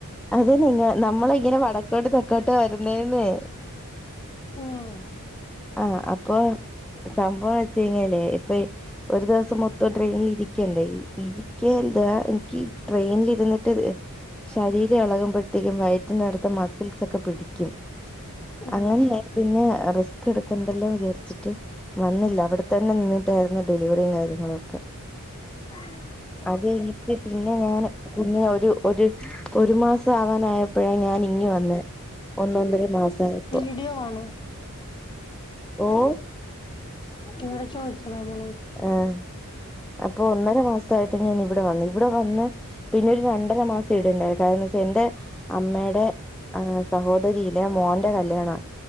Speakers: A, in the centre; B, on the left.
A: അത് നിങ്ങ നമ്മള് ഇങ്ങനെ വടക്കോട്ട്, തെ ക്കോട്ടൊ വരുന്നേന്നെ
B: ആഹ്
A: ആഹ് അപ്പൊ സംഭവം വെച്ചെയിഞ്ഞലേ ഇപ്പൊ യി ഒരു ദിവസം മൊത്തം ട്രെയിനിലി രിക്കണ്ടേ. ഇരി ഇരിക്ക ന്താ എനിക്ക് ട്രെയിൻൽ ഇര്ന്ന്ട്ട് ശരീരം എളകുമ്പൊഴത്തേക്കും വയറ്റിന്റെ ട്ത്ത് മസിൽസ് ഒക്കെ പിടിക്കും.
B: ആഹ്
A: അങ്ങനെ പിന്നെ റിസ്ക്ക് എട്ക്കണ്ടല്ലോ വിചാരിച്ചിട്ട് വന്നില്ല അവ്ടെ തന്നെ നിന്ന്ട്ടായിരുന്നു ഡെലിവറിയും കാര്യങ്ങളൊക്കെ
B: <unintelligible>
A: അതേയ് എനിക്ക് പിന്നെ ഞാന് കുഞ്ഞിന് ഒരു ഒര് ഒരു മാസം ആവാനായപ്പൊഴാ ഞാന് ഇങ്ങ് വന്നേ. ഒന്നൊന്നര മാസായപ്പൊ.
B: വ്ടിയോ ആണ്.
A: ഓഹ്
B: ഇവടെ ചോദിച്ചതാ. വ്ളെ
A: ആഹ്. അപ്പൊ ഒന്നര മാസം സ്തായിട്ട് നി ഇവ്ടെ വന്നെ. ഇവ്ടെ വന്ന് പിന്നെ രണ്ടര മാസം ഇടേണ്ടായിര്ന്ന്. കാരണം വെച്ചാ എന്റെ അമ്മേടെ ആഹ് സഹോദരിയിലെ മോന്റെ കല്യാണാ.